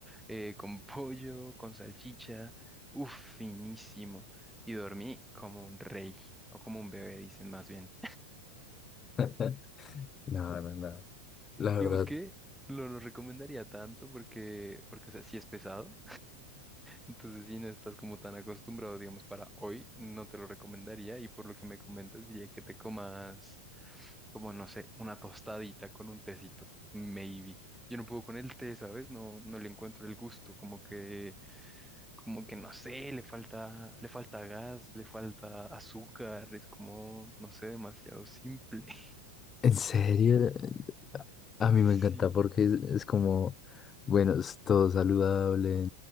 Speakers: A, in the centre; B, on the left.
A: eh, con <laughs> pollo, con salchicha. uff finísimo. Y dormí como un rey o como un bebé, dicen más bien.
B: <laughs> No, no, no. La
A: Digamos
B: verdad,
A: que no lo recomendaría tanto porque, porque, o sea, sí es pesado. Entonces, si no estás como tan acostumbrado, digamos, para hoy, no te lo recomendaría. Y por lo que me comentas, diría que te comas, como no sé, una tostadita con un tecito, maybe. Yo no puedo con el té, ¿sabes? No, no le encuentro el gusto, como que, como que no sé, le falta, le falta gas, le falta azúcar, es como, no sé, demasiado simple. <laughs>
B: en serio, A mí
A: Sí.
B: me encanta porque es, es como, bueno, es todo saludable.